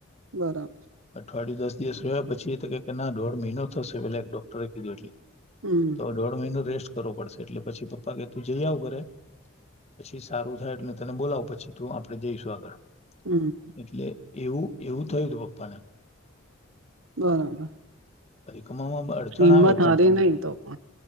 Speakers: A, on the right (about 85°); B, on the left (about 30°).
A: બરાબર
B: અઠવાડિયું દસ દિવસ રહ્યો પછી એ તો કે ના દોઢ મહિનો તો પેલા એક ડોક્ટરે કીધું એટલે
A: હમ
B: તો દોઢ મહિનો રેસ્ટ કરવો પડશે એટલે પછી પપ્પા કે તું જઈ આવ ઘરે પછી સારું થાય એટલે તને બોલાવ પછી તું આપડે જઈશું આગળ
A: હમ
B: એટલે એવું એવું થયું હતું પપ્પાને
A: બરાબર
B: કવામાં અડચણ
A: હિંમત
B: આવે પણ
A: હારી
B: તમને
A: નહી તો પણ